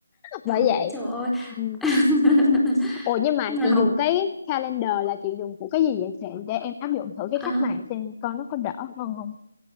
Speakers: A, on the left; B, in the centre.
A: Bởi
B: Đó,
A: vậy.
B: trời ơi
A: Ừ.
B: <laughs>
A: Ủa nhưng mà
B: mà
A: chị
B: không
A: dùng cái calendar là chị dùng của cái gì vậy chị? Để em áp dụng thử cái
B: à,
A: cách này xem coi nó có đỡ hơn không.